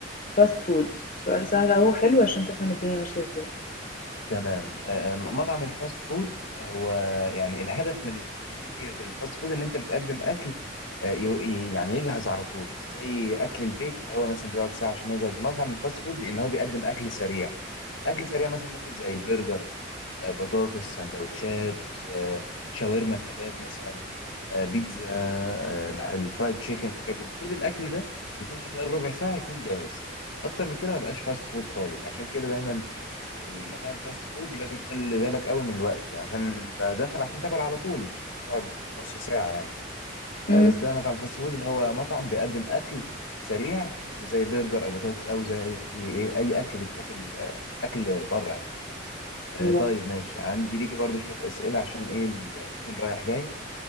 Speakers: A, on the left (about 45°); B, on the left (about 85°).
A: فاست فود سؤال سهل اهو حلو عشان تفهم الدنيا ماشية ازاي
B: تمام آه، مطعم الفاست فود هو يعني الهدف من فكرة الفاست فود ان انت بتقدم اكل آه، ي- ي- يعني يجهز على طول مش زي اكل البيت اللي هو مثلا بيقعد ساعة عشان يجهز مطعم الفاست فود ان هو بيقدم اكل سريع اكل سريع مثلا ممكن زي البرجر آه، بطاطس سندوتشات آه، شاورما كباب مثلا آه، بيتزا آه، الح- الفرايد تشيكن الحاجات دي المفروض الاكل ده يكون في خلال ربع ساعه يكون جاهز اكتر من كده ما بقاش فاست فود خالص عشان كده دايما المطاعم الفاست فود لازم تخلي بالك قوي من الوقت يعني عشان انت داخل عشان تاكل على طول مش عشان تقعد نص ساعه يعني فبس
A: امم
B: ده مطعم فاست فود اللي هو مطعم بيقدم اكل سريع زي برجر او بطاطس او زي ايه اي اكل بيتاكل آه، اكل بره يعني آه،
A: م-
B: طيب ماشي عندي ليكي برضو شويه اسئله عشان ايه ال- تكون رايح جاي